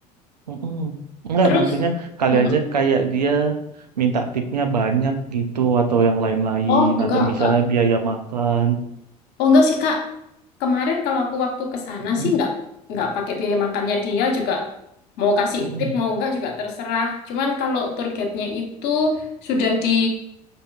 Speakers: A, on the right (about 80°); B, on the left (about 55°).
A: mm-mm. Enggak,
B: Terus,
A: maksudnya kali
B: oh,
A: aja kayak dia minta tipnya banyak gitu atau yang lain-lain
B: oh enggak,
A: atau misalnya
B: enggak.
A: biaya makan.
B: Oh enggak sih Kak, Kemarin kalau aku waktu ke sana
A: Mm-mm,
B: sih nggak nggak pakai biaya makannya dia juga mau kasih
A: mm-mm.
B: tip mau nggak juga terserah. Cuman kalau tour guide-nya itu sudah di